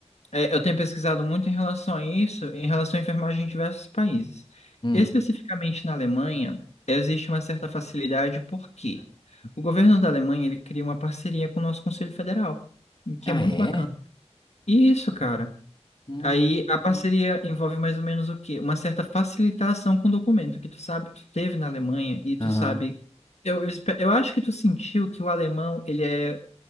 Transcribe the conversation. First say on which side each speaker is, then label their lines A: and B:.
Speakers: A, on the left; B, on the left.
A: É, eu tenho pesquisado muito em relação a isso, em relação à enfermagem em diversos países.
B: Hum.
A: Especificamente na Alemanha, existe uma certa facilidade porque o governo da Alemanha ele cria uma parceria com o nosso Conselho Federal, o que
B: Ah,
A: é muito
B: é?
A: bacana. E Isso, cara.
B: Hum.
A: Aí a parceria envolve mais ou menos o quê? Uma certa facilitação com o documento que tu sabe, tu teve na Alemanha e tu
B: Aham.
A: sabe. Eu, eu, espe- eu acho que tu sentiu que o alemão ele é